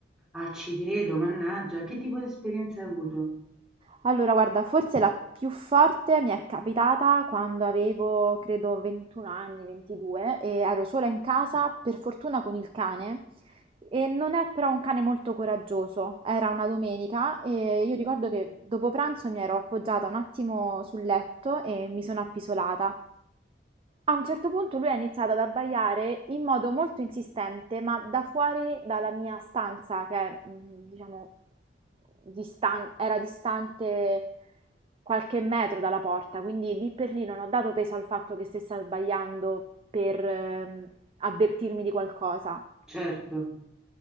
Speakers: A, in the centre; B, on the right.
A: Ah, ci credo, mannaggia, che tipo di esperienza hai avuto?
B: Allora, guarda, forse la più forte mi è capitata quando avevo, credo, 21 anni, 22 e ero sola in casa, per fortuna con il cane. E non è però un cane molto coraggioso. Era una domenica e io ricordo che dopo pranzo mi ero appoggiata un attimo sul letto e mi sono appisolata. A un certo punto lui ha iniziato ad abbaiare in modo molto insistente, ma da fuori dalla mia stanza, che è, mm, diciamo, distan- era distante qualche metro dalla porta, quindi lì per lì non ho dato peso al fatto che stesse abbaiando per ehm, avvertirmi di qualcosa.
A: Certo,